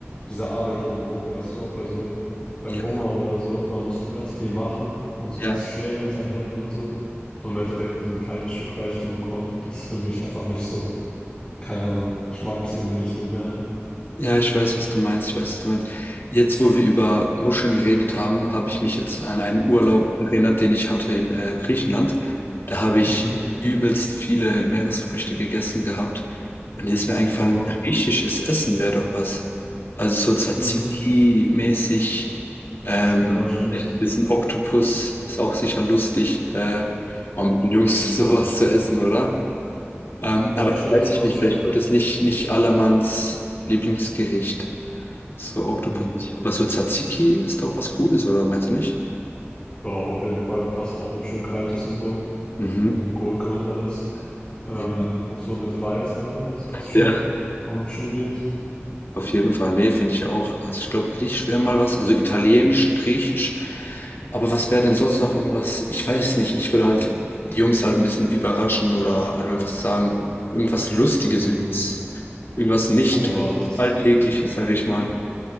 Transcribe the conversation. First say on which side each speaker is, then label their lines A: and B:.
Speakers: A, on the left (about 25°); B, on the left (about 55°).
A: diese Arbeit drumherum. Weißt du, auch bei so, bei
B: Ja,
A: Hummer oder so, man muss so ganz viel machen und so das
B: ja.
A: Schälen mit seinen Händen und so. Und im Endeffekt dann so ein kleines Stück Fleisch zu bekommen, das ist für mich einfach nicht so, keine Ahnung, ich mag es irgendwie nicht so gerne.
B: Ja, ich weiß, was du meinst. Ich weiß, was du meinst. Jetzt, wo wir über Muscheln geredet haben, habe ich mich jetzt an einen Urlaub erinnert, den ich hatte in äh, Griechenland. Da habe ich
A: Mhm.
B: übelst viele Meeresfrüchte gegessen gehabt. Und jetzt ist mir eingefallen,
A: Aha.
B: griechisches Essen wäre doch was. Also so Tzatziki-mäßig,
A: Mhm.
B: ähm,
A: Ja, stimmt.
B: vielleicht ein bisschen Oktopus ist auch sicher lustig, äh, mal mit den Jungs <laughs> sowas zu essen, oder? Ähm,
A: Ja,
B: aber das
A: stimmt,
B: weiß
A: das passt
B: ich nicht,
A: schon.
B: weil ich glaube, das ist nicht, nicht Allermanns Lieblingsgericht. So Oktopus.
A: Mhm.
B: Aber so Tzatziki ist doch was Gutes, oder meinst du nicht?
A: Doch, auf jeden Fall passt auch, wenn es schön kalt ist und so,
B: Mhm.
A: mit Gurke und alles. Ähm,
B: Ja,
A: auch so mit Reis und allem, das passt schon.
B: ja.
A: Kann man sich schon geben.
B: Auf jeden Fall. Nee, finde ich auch. Also ich glaube, Griechisch wäre mal was. Also Italienisch, Griechisch. Aber was wäre denn sonst noch irgendwas? Ich weiß nicht. Ich würde halt die Jungs halt ein bisschen überraschen oder halt einfach sagen, irgendwas Lustiges,
A: Hm.
B: irgendwas, irgendwas nicht
A: Unerwartetes.
B: Alltägliches, sage ich mal.